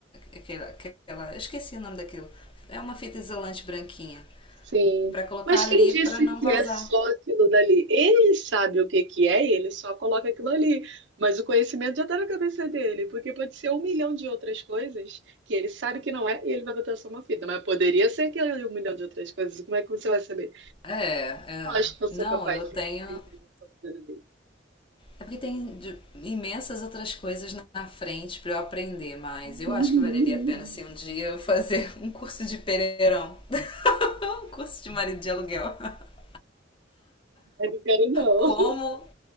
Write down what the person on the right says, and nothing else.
Sim.
Mas quem
disse
que
é só aquilo dali? Ele sabe o que que é e ele só coloca aquilo ali. Mas o conhecimento já está na cabeça dele, porque pode ser um milhão de outras coisas que ele sabe que não é e ele vai botar só uma fita. Mas poderia ser aquele um milhão de outras coisas. Como é que você vai saber?
Eu acho que eu sou
capaz
de
aprender.
Uhum.
Eu não quero, não.